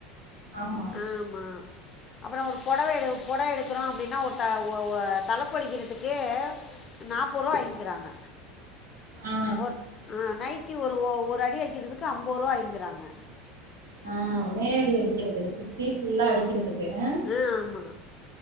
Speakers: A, on the right; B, on the left.
A: ஆமா
B: ஆமா அப்புற ஒரு பொடவை எடு பொடவை எடுக்கிறோ அப்டின்னா ஒரு த ஒ ஒ தலைப்படிக்கிறதுக்கு நாப்பருவா வாங்கிக்கிறாங்க
A: ஆ
B: ஒர் ஆஹ்ன் நைட்டி ஒ ஒரு அடி அடிக்கிறதுக்கு அம்பது ரூவா வாங்கிறாங்க
A: ஆ மே அடி அடிக்கிறதுக்கு சுத்தி ஃபுல்லா அடிக்கிறதுக்கு அ
B: ஆ ஆமா